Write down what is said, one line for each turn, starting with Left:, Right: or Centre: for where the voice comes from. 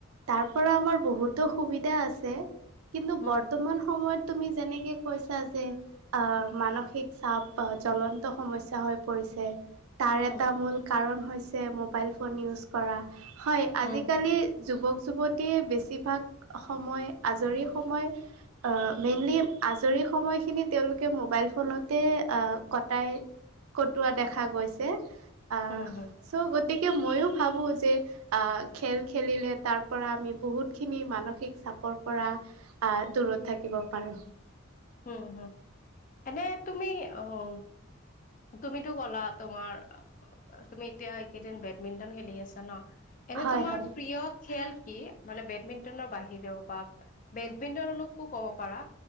Right: তাৰ পৰা আমাৰ বহুতো সুবিধা আছে। কিন্তু
Left: হম,
Right: বৰ্তমান সময়ত তুমি যেনেকে কৈছা যে, অ' মানসিক চাপ বা জ্বলন্ত সমস্যা হৈ পৰিছে, তাৰ
Left: হম,
Right: এটা মূল কাৰণ হৈছে মোবাইল ফোন ইউজ কৰা, হয়
Left: হম,
Right: আজিকালি
Left: হম,
Right: যুৱক যুৱতীয়ে বেছিভাগ সময়, আজৰি সময় অ' মেইনলি আজৰি সময়খিনি তেওঁলোকে মোবাইল ফোনতে, আ' কটাই কটোৱা দেখা গৈছে, আহ
Left: হম, হম,
Right: চ' গতিকে মইয়ো ভাবো যে আ, খেল খেলিলে তাৰ পৰা আমি বহুতখিনি মানসিক চাপৰ পৰা আ, দূৰত থাকিব পাৰোঁ।
Left: হম, হম, এনে তুমি অ' তুমিতো ক'লা, তোমাৰ আ অ' তুমি এতিয়া এইকেইদিন বেডমিন্টন আছা ন, এনে
Right: হয়
Left: তোমাৰ
Right: হয়
Left: প্ৰিয় খেল কি? মানে বেডমিণ্টনৰ বাহিৰেও বা বেডমিণ্টনলৈকো ক'ব পাৰা,